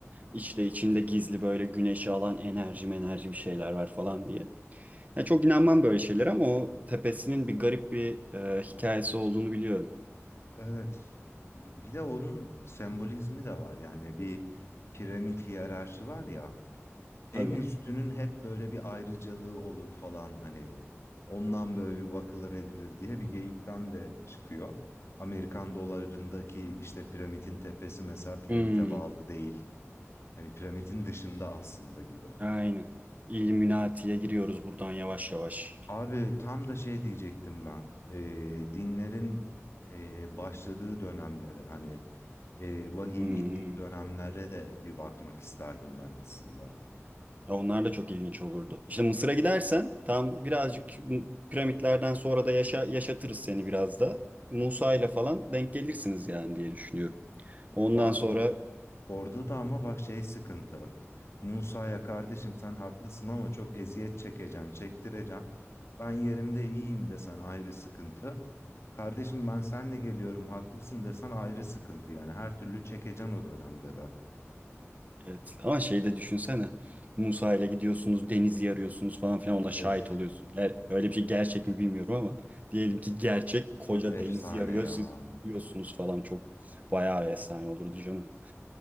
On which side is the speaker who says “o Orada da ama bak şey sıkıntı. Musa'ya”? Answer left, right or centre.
Left